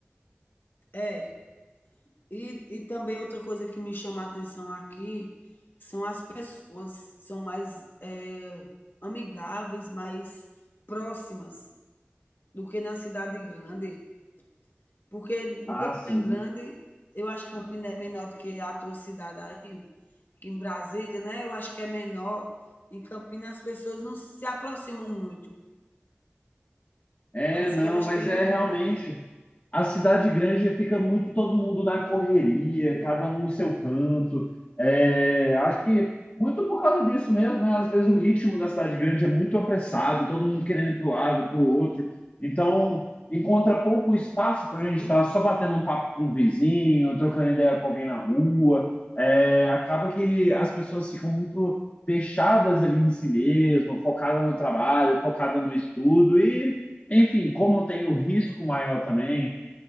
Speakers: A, on the left (about 55°); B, on the left (about 35°).
A: é. E, e também outra coisa que me chama a atenção aqui são as pessoas, são mais é, amigáveis, mais próximas do que na cidade grande. Porque em
B: Ah,
A: Campina
B: sim.
A: Grande, eu acho que Campina é menor do que a tua cidade aí, que em Brasília, né? Eu acho que é menor. Em Campinas as pessoas não se aproximam muito.
B: É,
A: Parece
B: não,
A: que elas
B: mas
A: têm
B: é
A: um
B: realmente.
A: medo.
B: A cidade grande fica muito todo mundo na correria, cada um no seu canto. É, acho que muito por causa disso mesmo, né? Às vezes o ritmo da cidade grande é muito apressado, todo mundo querendo ir para o lado, para o outro. Então, encontra pouco espaço
A: Sim.
B: para a gente estar só batendo um papo com um vizinho, trocando ideia com alguém na rua. É, acaba que as pessoas ficam muito fechadas ali em si mesmo, focadas no trabalho, focadas no estudo e enfim, como tem o risco maior também,